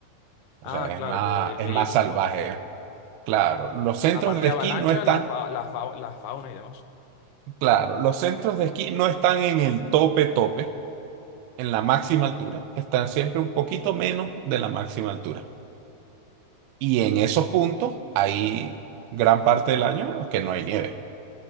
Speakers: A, on the right (about 80°); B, on the left (about 80°).
A: O
B: Ah,
A: sea, es
B: claro,
A: más,
B: por el
A: es
B: peligro,
A: más salvaje
B: supongo.
A: Claro, los centros
B: Aparte
A: de
B: de
A: esquí
B: avalancha,
A: no están,
B: la, fa- la, fa- la fauna y demás.
A: claro, los centros de esquí no están en el tope tope, en la máxima altura, están siempre un poquito menos de la máxima altura. Y en esos puntos hay gran parte del año en los que no hay nieve.